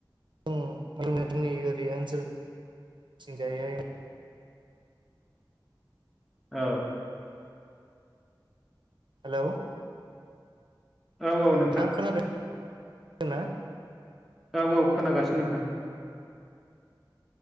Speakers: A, on the right; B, in the centre.
A: आ <unintelligible> जोंनि ओरै ओनसोलथिंजायहाय
B: औ
A: हेलौ
B: औ औ नों
A: थां खोनादोंना?
B: औ औ खोनागासिनो नोंथां